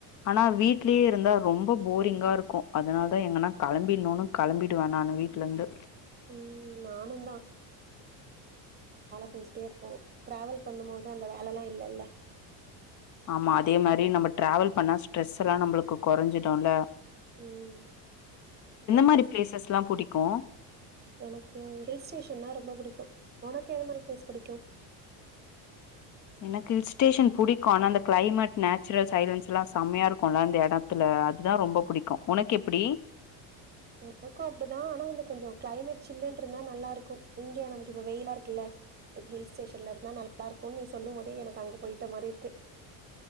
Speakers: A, on the left (about 40°); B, on the right (about 20°).
A: ஆனா வீட்லியே இருந்தா ரொம்போ போரிங்கா ருக்கோ அதனால் தா எங்கன்னா களம்பிட்ணோன்னு களம்பிடுவே நானு வீட்லந்து
B: ம் நானும் செஞ்சிட்டேருப்போ டிராவல் பண்ணும் போதா அந்த வேலெல்லா இல்லல
A: ஆமா அதே மாரி நம்ப டிராவல் பண்ணா ஸ்ட்ரெஸ் எல்லா நம்பளுக்கு கொறஞ்சிடுல
B: உம் கரக்டா
A: மாரி பிளேசஸ்லா புடிக்கு
B: <inaudible> எனக்கு ஹில் ஸ்டேஷன்னா ரொம்போ புடிக்கு உனக்கு எது மாரி ப்ளேஸ் புடிக்கு
A: எனக்கு ஹில் ஸ்டேஷன் புடிக்கு ஆனா அந்த க்ளைமட் நாச்சுரல் சைலன்ஸ் ல்லா செம்மையா ருக்குல அந்த எடத்துல அதுதா ரொம்ப புடிக்கு உனக்கு எப்புடி
B: எனக்கு அப்டிதா ஆனா வந்து கொஞ்ஜோ கிளைமேட் சில்லுன்னு இருந்தா நல்லா இருக்கு இங்கே நமக்கு இப்ப வெயிலா இருக்குல்ல இப்ப ஹீல் ஸ்டேஷன்ல இருந்தா நல்லாருக்குன்னு நீ சொல்லும் போத எனக்கு அங்க பொயிட்ட மாரி இருக்கு